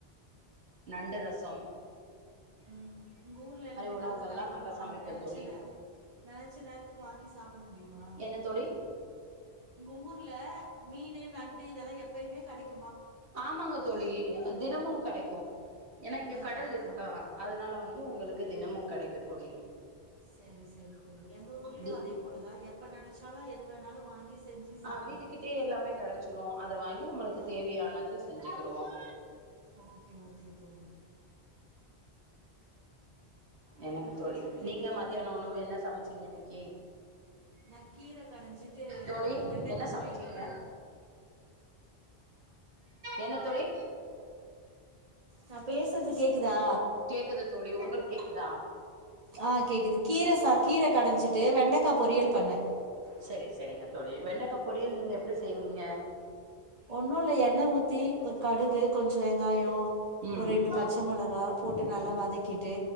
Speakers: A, on the right; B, on the right.
A: நண்டு ரஸ் சம்
B: உஹம் உங்க ஊர்ல எல்லாமே
A: உணவுகள்லா
B: நல்லா கிடைக்குமா
A: சமைப்பே
B: நெனைச்ச
A: தோழி
B: நேர நெனைச்ச நேரத்துக்கு வாங்கி சாப்ட முடியுமா
A: என்ன தோழி
B: உங்க ஊர்ல மீன் நண்டு இதெல்லாம் எப்பயுமே கடைக்
A: ஆமாங்க தோழி தினமும் கிடைக்கும் ஏன்னா இங்க
B: ஆ
A: கடல்
B: ஆ
A: இருக்கா அதனால வந்து உங்களுக்கு தினமும் கிடைக்கும் தோழி
B: செரி செரி தோழி எங்க ஊர்லயும்
A: தி
B: அதே போலதான் எப்ப நினைச்ச ல்லா எது வேணாலும் வாங்கி செஞ்சு சாப்புட்லா
A: ஆஹ் வீட்டுக்கிட்டே எல்லாமே கிடைச்சிரும் அத வாங்கி நம்மளுக்கு
B: ஆ
A: தேவையானத செஞ்ச ருவோம்
B: ஓக்கே ஓக்கே தோழி
A: என்னன்ன
B: உங்க
A: தோழி
B: வீட்ல பிள்ளைகள்லா
A: நீங்க மத்தியானம் உணவு என்ன சமைச்சீங்க இன்னைக்கு
B: நான் கீர கடைஞ்சிட்டு
A: தோழி
B: வெண்டைக்காய்
A: என்ன
B: பொரியல்
A: சமச்சீங்க
B: பண்ணுனேன்
A: என்ன தோழி
B: நா பேசுறது கேக்குதா
A: கேக்குது தோழி உங்களுக்கு கேக்குதா
B: ஆ கேக்குது கீர சா கீர கடைஞ்சிட்டு வெண்டக்கா பொரியல் பண்ணன்
A: செரி செரி தோழி வெண்டைக்கா பொரியல் நீங்க எப்படி செய்வீங்க
B: ஒண்ணுல எண்ணெய் ஊத்தி ஒரு கடுகு கொஞ்சம் வெங்காயம்
A: ம்
B: ஒரு ரெண்டு பச்சை மிளகா போட்டு
A: ம்
B: நல்லா வதக்கிட்டு